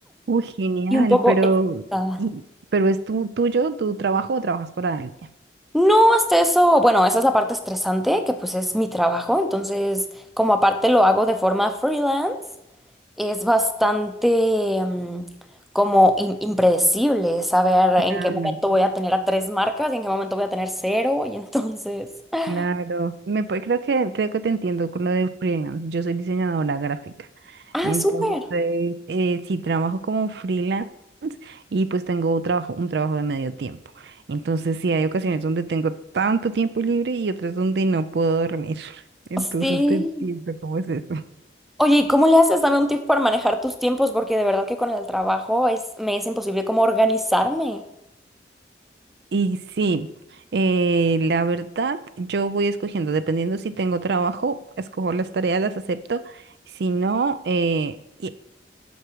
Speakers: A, on the right (about 65°); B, in the centre.
A: Uy, genial,
B: y un poco
A: pero,
B: estresada.
A: y, pero ¿es tu, tuyo, tu trabajo o trabajas para alguien?
B: No, hasta eso, bueno, esa es la parte estresante, que pues es mi trabajo, entonces como aparte lo hago de forma freelance, es bastante mm, como im- impredecible saber
A: Claro.
B: en qué momento voy a tener a tres marcas y en qué momento voy a tener cero, y entonces... <laughs>
A: Claro, me puede- creo que creo que te entiendo con lo de freelance. Yo soy diseñadora gráfica.
B: Ah,
A: Entonces,
B: súper.
A: eh, sí trabajo como freelance y pues tengo un trabajo, un trabajo de medio tiempo. Entonces, sí hay ocasiones donde tengo tanto tiempo libre y otras donde no puedo dormir. <laughs> Entonces,
B: Sí.
A: te entiendo cómo es eso.
B: Oye, ¿y cómo le haces? Dame un tip para manejar tus tiempos, porque de verdad que con el trabajo es, me es imposible como organizarme.
A: Y sí, eh, la verdad, yo voy escogiendo, dependiendo si tengo trabajo, escojo las tareas, las acepto. Si no, eh, y